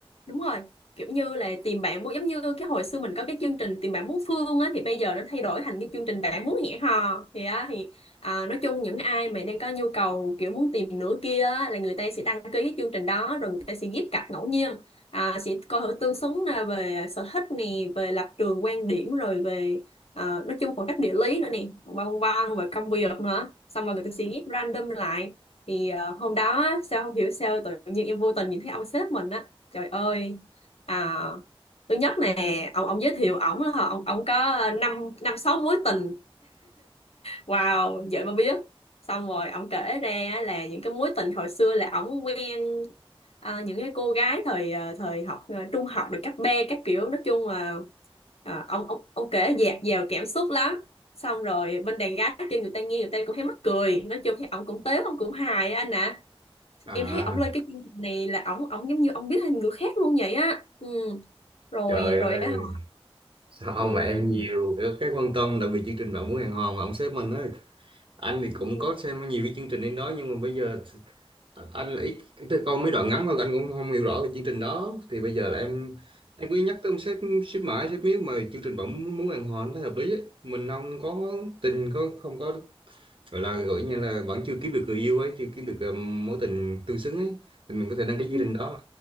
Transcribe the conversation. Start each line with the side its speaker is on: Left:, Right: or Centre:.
Left: đúng rồi kiểu như là tìm bạn muốn giống như cái hồi xưa mình có cái chương trình tìm bạn muốn phương á thì bây giờ nó thay đổi thành cái chương trình bạn muốn hẹn hò thì á thì à, nói chung những ai mà đang có nhu cầu kiểu muốn tìm nửa kia á, là người ta sẽ đăng ký cái chương trình đó rồi người ta sẽ ghép cặp ngẫu nhiên à, sẽ coi thử tương xứng là về sở thích nè về lập trường quan điểm rồi về à, nói chung khoảng cách địa lý nữa nè vân vân và công việc nữa xong rồi người ta sẽ ghép random lại thì ờ, hôm đó á, sao không hiểu sao tự nhiên em vô tình nhìn thấy ông sếp mình á Trời ơi. À, thứ nhất nè, ông ông giới thiệu ổng là ông ông có ờ, năm năm sáu mối tình. Wow, vậy mà biết. Xong rồi ông kể ra là những cái mối tình hồi xưa là ổng quen à, những cái cô gái thời à, thời học à, trung học được cấp B các kiểu nói chung là à, ông ông ông kể dạt dào cảm xúc lắm. Xong rồi bên đàn gái kia người ta nghe người ta cũng thấy mắc cười, nói chung thấy ổng cũng tếu, ổng cũng hài á anh ạ.
Right: À,
Left: Em thấy ổng lên cái chương trình này là ổng ổng giống như ông biết thêm người khác luôn vậy á. Ừ rồi
Right: trời ơi,
Left: rồi á hả
Right: Sao
Left: ừ,
Right: mà em nhiều cái cái quan tâm đặc biệt chương trình Bạn muốn hẹn hò mà ông sếp mình ấy anh thì cũng
Left: ừ,
Right: có xem nhiều cái chương trình đến đó nhưng mà bây giờ anh là ít tức là coi mấy đoạn ngắn thôi anh cũng không hiểu rõ về chương trình đó thì bây giờ là em em cứ nhắc tới ông sếp sếp mãi sếp miếu mà chương trình Bạn muốn muốn hẹn hò nó thấy hợp lý ấy. mình không có tình có không có gọi là gọi như là vẫn chưa kiếm được người yêu ấy chưa kiếm được ờ, mối tình tương xứng ấy thì mình có thể đăng cái
Left: ừ,
Right: chương trình đó